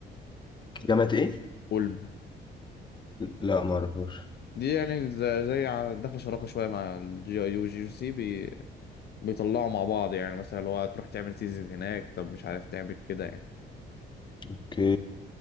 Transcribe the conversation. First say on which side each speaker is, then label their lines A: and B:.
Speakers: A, on the left; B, on the left.
A: جامعة ايه؟
B: أولم
A: لا ما اعرفوش
B: دي يعني زي, زي ع- داخلة شراكة شوية مع الجي اي يو والجي يو سي بي... بيطلعوا مع بعض يعني مثلا اللي هو تروح تعمل سيسز هناك طب مش عارف تعمل كده يعني
A: اوكي